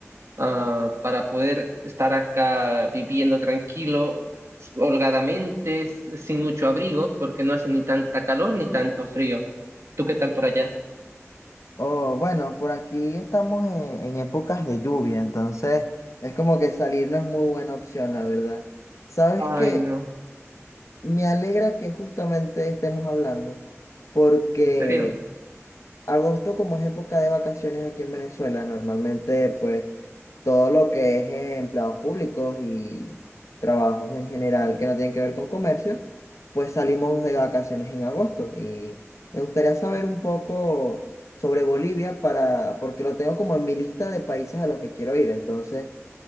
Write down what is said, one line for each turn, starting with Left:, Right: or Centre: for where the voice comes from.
Right: ah, para poder estar acá viviendo tranquilo, holgadamente, s- sin mucho abrigo, porque no hace ni tanta calor ni tanto frío. ¿Tú qué tal por allá?
Left: Oh, bueno, por aquí estamos en, en épocas de lluvia, entonces es como que salir no es muy buena opción, la verdad. ¿Sabes
Right: Ay,
Left: qué?
Right: no,
Left: Me alegra que justamente estemos hablando, porque
Right: en serio.
Left: Agosto, como es época de vacaciones aquí en Venezuela, normalmente pues todo lo que es eh, empleados públicos y trabajos en general que no tienen que ver con comercio, pues salimos de vacaciones en agosto. Y me gustaría saber un poco sobre Bolivia para, porque lo tengo como en mi lista de países a los que quiero ir. Entonces,